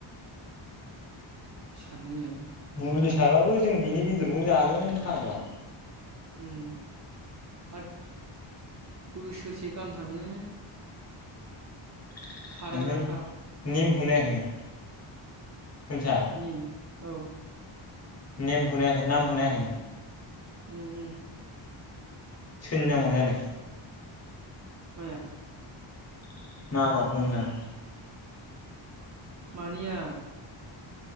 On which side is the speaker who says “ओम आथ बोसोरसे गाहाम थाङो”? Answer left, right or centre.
Right